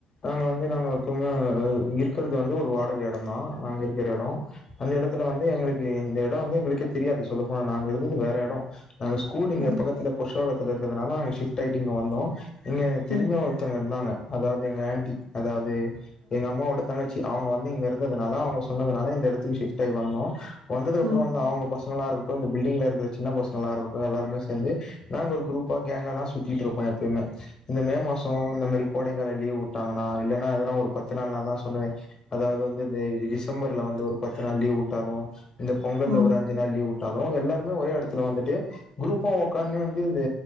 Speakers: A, on the left; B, on the right.
A: நாங்க வந்து நா எப்பவுமே இருக்குறத வந்து ஒரு வாட் பாக்கி எடந்தா நாங்க இருக்குற எட அந்த எடத்துல வந்து எங்களுக் இந்த எடம் வந்து எங்களுக்கே தெரியாது சொல்லபோனா நாங்க இருந்தது வேற எடம் நாங்க ஸ்கூல்லிங்க
B: ம்
A: பக்கத்துல புருஷோகத் த்துல இருக்குறதுனால அங்க சிப்ட்டு ஆய்ட்டு இங்க வந்தோம் இங்க தெரிஞ்சவக
B: ம்
A: ஒருத்தங்க இருந்தாங்க அதாவது எங்க ஆண்ட்டி அதாவது எங்க அம்மாவோட தங்கச்சி அவுங்க வந்து இங்க இருந்ததுனால அவுங்க சொன்னதுனால இந்த எடத்துக்கு சிப்ட் ஆகி வந்தோ வந்ததுக்கு
B: ம்
A: அப்றோ
B: ம்
A: தா அவுங்க பசங் பசங்களா இருக்கட்டு இந்த பில்டிங்ல இருக்குற சின்ன பசங்கலா இருக்கட்டு எல்லாருமே சேந்து நாங்க ஒரு குரூப்பா கேங்கா தான் சுத்திட்டு இருப்போ எப்பயுமே இந்த மே மாச இந்த மேரி கோடைக்கால லீவ் வுட்டாங்கன்னா இல்லன்னா எதனா ஒரு பத்து நாள்னா தா சொல்லுவே அதாவது வந்து டிசம்பர்ல வந் வந்து ஒரு பத்து நாள் லீவ் விட்டாலு இந்த பொங்கல்ல
B: ம்
A: ஒரு அஞ்சு நாள் லீவ் விட் ட்டாலு எல்லாருமே ஒரே எடத்துல வந்துட்டு குரூப்பா ஒக்காணுந்து இந்த